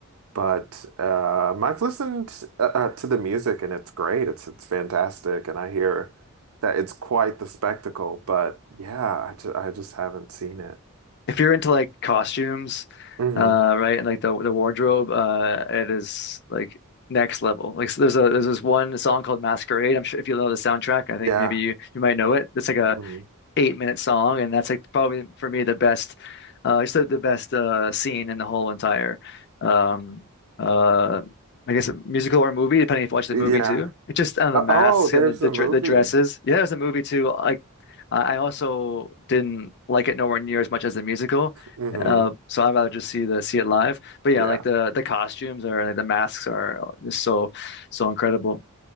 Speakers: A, on the right; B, on the left.
A: But um, I've listened uh, uh, to the music and it's great. It's it's fantastic, and I hear that it's quite the spectacle. But yeah, I just I just haven't seen it.
B: if you're into like costumes,
A: hmm
B: uh, right, and like the the wardrobe, uh, it is like next level. Like so there's a there's this one song called Masquerade. I'm sure if you know the soundtrack, I think
A: Yeah.
B: maybe you you might know it. It's like a
A: hmm
B: eight minute song, and that's like probably for me the best, uh, it's the, the best uh, scene in the whole entire, um, uh, I guess, a musical or movie, depending if you watch the
A: Yeah.
B: movie too. It's just on the
A: Uh,
B: masks
A: oh, there's
B: and the the,
A: a
B: dr-
A: movie.
B: the dresses. Yeah, there's a movie too. Like I I also didn't like it nowhere near as much as the musical.
A: hmm
B: Uh, so I'd rather just see the see it live. But yeah,
A: Yeah.
B: like the the costumes or the masks are just so so incredible.